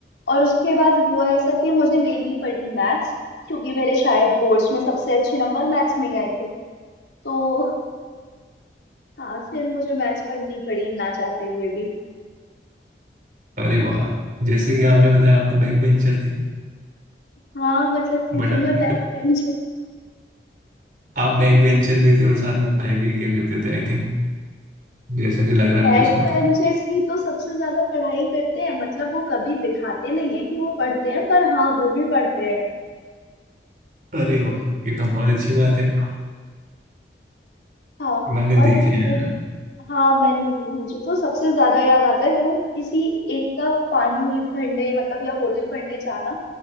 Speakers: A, on the left; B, on the right.
A: और उसके बाद हुआ ऐसा कि मुझे लेनी पड़ी मैथ्स क्योंकि मेरे शायद बोर्ड्स में सबसे अच्छे नंबर मैथ्स में ही आए थे तो हाँ फिर मुझे मैथ्स पढ़नी पड़ी ना चाहते हुए भी
B: अरे वाह जैसे कि आपने बताया आप तो बैक बेंचर थे
A: हाँ मतलब थी
B: बट
A: तो
B: आपके
A: मैं बैक बेंचर
B: आप बैक बेंचर भी थे और साथ में पढ़ाई भी किया करते थे आई थिंक जैसा कि लग रहा
A: बैक
B: है मुझे सुनकर
A: बेंचर्स ही तो सबसे ज्यादा पढ़ाई करते हैं मतलब वो कभी दिखाते नहीं है कि वो पढ़ते हैं पर हाँ वो भी पढ़ते हैं
B: अरे वाह ये तो बहुत अच्छी बात है
A: हाँ
B: मैंने
A: और
B: देखे
A: जो
B: हैं
A: हाँ मैंने वो- मुझे तो सबसे ज्यादा याद आता है वो किसी एक का पानी भरने मतलब या बोतल भरने जाना